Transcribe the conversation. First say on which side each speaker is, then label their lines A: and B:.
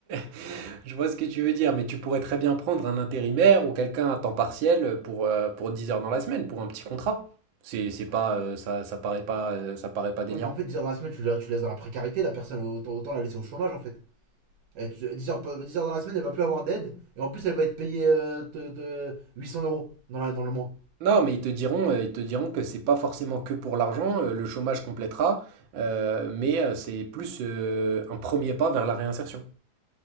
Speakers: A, on the right (about 55°); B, on the right (about 80°).
A: <laughs> je vois ce que tu veux dire, mais tu pourrais très bien prendre un intérimaire ou quelqu'un à temps partiel pour, euh, pour 10 heures dans la semaine, pour un petit contrat. C'est c'est pas, euh, ça, ça paraît pas, euh, ça paraît pas délirant.
B: Ouais, mais en fait, 10 heures dans la semaine, tu, tu laisses dans la précarité, la personne, autant, autant la laisser au chômage en fait. Elle- tu- 10, heures, dix heures dans la semaine, elle va plus avoir d'aide. Et en plus, elle va être payée euh, de, de 800 euros dans, la- dans le mois.
A: Non, mais ils te diront, euh, ils te diront que c'est pas forcément que pour l'argent, euh, le chômage complétera, euh, mais euh, c'est plus euh, un premier pas vers la réinsertion.